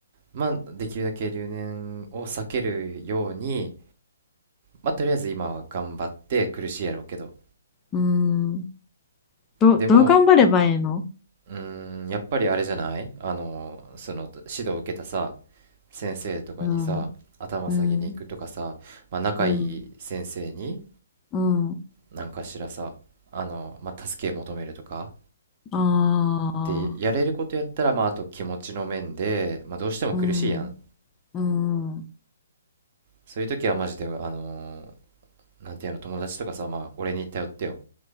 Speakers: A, on the right (about 45°); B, on the left (about 20°).
A: まあ、できるだけ留年を避けるように、まあ、とりあえず今は頑張って苦しいやろうけど。
B: うん。ど、
A: でも、
B: どう頑張ればいいの
A: うーん、やっぱりあれじゃないあの、その、指導を受けたさ、先生とかにさ、
B: うん。
A: 頭下げに行くとかさ、
B: うん。
A: まあ、仲いい先生に、
B: うん。うん。
A: なんかしらさ、あの、まあ、助け求めるとか、
B: ああ、
A: で、やれることやったら、まあ、あと気持ちの面で、まあ、どうしても苦しいやん。
B: うん、うん、
A: そういう時はマジで、あの、なんていうの、友達とかさ、まあ、俺に頼ってよ。